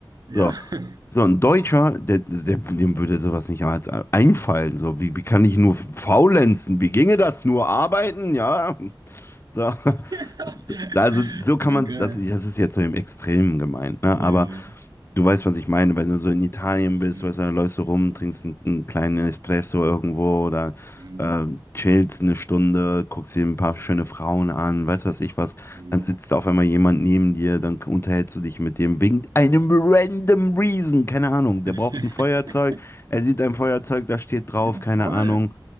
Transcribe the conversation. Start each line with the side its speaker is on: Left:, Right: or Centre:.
Right: ja.
Left: So,
Right: <laughs>
Left: so ein Deutscher, der, der, dem würde sowas nicht als einfallen. So, wie, wie kann ich nur faulenzen? Wie ginge das? Nur arbeiten? Ja. So. <laughs>
Right: Ja.
Left: Also so kann
Right: Danke.
Left: man, das, das ist jetzt so im Extremen gemeint, ne?
Right: Hey,
Left: Aber du weißt, was ich meine, wenn du so in Italien
Right: safe.
Left: bist, weißt du, dann läufst du rum, trinkst einen, einen kleinen Espresso irgendwo oder
Right: Ähm,
Left: äh, chillst eine Stunde, guckst dir ein paar schöne Frauen an, weißt du, was ich was,
Right: hm.
Left: dann sitzt auf einmal jemand neben dir, dann unterhältst du dich mit dem wegen einem random Reason, keine Ahnung, der
Right: <laughs>
Left: braucht ein Feuerzeug, er sieht ein Feuerzeug, da steht drauf,
Right: Ja,
Left: keine
Right: voll.
Left: Ahnung,